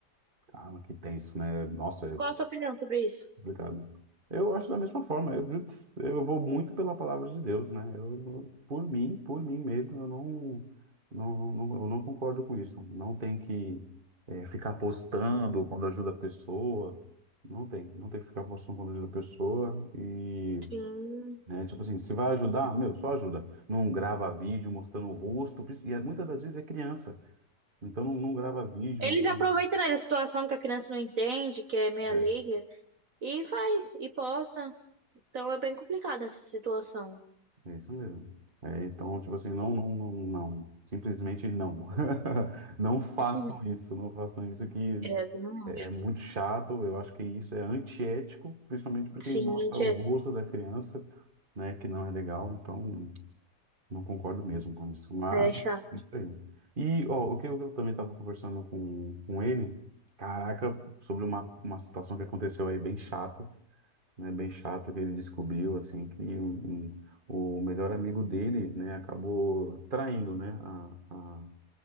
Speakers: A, on the right (about 30°); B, on the right (about 55°).
A: caramba, que tenso, né? Nossa, é
B: Qual a sua opinião sobre isso?
A: Complicado. Eu acho da mesma forma. Eu, putz, eu vou muito pela palavra de Deus, né? Eu, por mim, por mim mesmo, eu não, não, não, não- eu não concordo com isso. Não tem que eh, ficar postando quando ajuda a pessoa. Não tem, não tem que ficar postando quando ajuda a pessoa. E,
B: Sim.
A: né, tipo assim, se vai ajudar, meu, só ajuda. Não grava vídeo mostrando o rosto. pris- E é- muitas das vezes é criança. Então não, não grava vídeo
B: Eles
A: mostrando.
B: aproveitam, né, da situação que a criança não entende, que é meia
A: É.
B: liga, e faz, e posta. Então é bem complicada essa situação.
A: É isso mesmo. É, então, tipo assim, não, não, não, não. Simplesmente não. <laughs> Não façam
B: <laughs> Sim.
A: isso, não façam isso que
B: É, eu também
A: é
B: acho.
A: é muito chato. Eu acho que isso é antiético, principalmente porque
B: Sim,
A: mostra
B: gente,
A: o
B: é,
A: rosto da criança, né, que não é legal. Então, não concordo mesmo com isso. Mas,
B: é chato.
A: isso aí. E, ó, o que eu, eu também estava conversando com, com ele, caraca, sobre uma, uma situação que aconteceu aí bem chata né, bem chato que ele descobriu assim que um- um- o melhor amigo dele, né, acabou traindo, né, a, a,